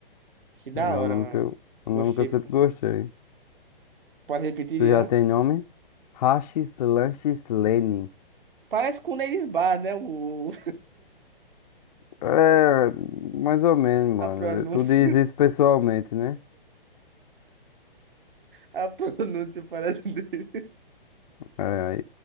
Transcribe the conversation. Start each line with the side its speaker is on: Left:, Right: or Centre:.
Right: Que da
Left: É
Right: hora,
Left: o nome
Right: mano.
Left: que eu, o
Right: Gostei.
Left: nome que eu sempre gostei.
Right: Pode repetir
Left: Tu
Right: de
Left: já
Right: novo?
Left: tem nome? Rachis Lanches Lane.
Right: Parece com o Neres Bar, né? O,
Left: É, mais ou menos, mano.
Right: <laughs> a pronúncia.
Left: Tu diz isso pessoalmente, né?
Right: A pronúncia parece dele.
Left: É, aí